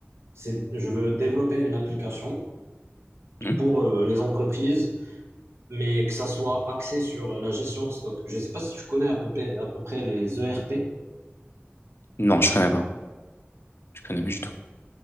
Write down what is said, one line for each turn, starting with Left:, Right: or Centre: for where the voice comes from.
Right: c'est, je veux développer une application
Left: Hmm
Right: pour euh, les entreprises, mais que ça soit axé sur la gestion de stock. Je ne sais pas si tu connais à peu près, à peu près les ERP.
Left: Non, je connais pas. Je connais pas du tout.